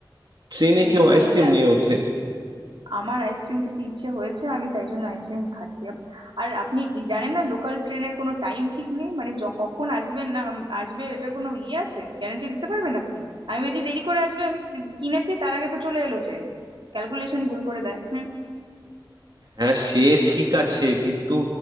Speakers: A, on the right; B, on the right.
A: ট্রেনে
B: দেখুন
A: কেউ আইসক্রিম
B: এইটা
A: নিয়ে ওঠে
B: আমার আইসক্রিম খেতে ইচ্ছে হয়েছে আমি তাই জন্য আইসক্রিম খাচ্ছি আপ- আর আপনি কি জানেন না লোকাল ট্রেনের কোনো টাইম ঠিক নেই মানে য- কখন আসবেন না আম- আসবে এটার কোনো ইয়ে আছে গ্যারান্টি দিতে পারবেন আপনি আমি ভেবেছি দেরি করে আসবে আমি কি- কিনেছি তার আগে তো চলে এলো ট্রেন ক্যালকুলেশন ভুল করে দেয় হুম
A: হ্যাঁ সে ঠিক আছে কিন্তু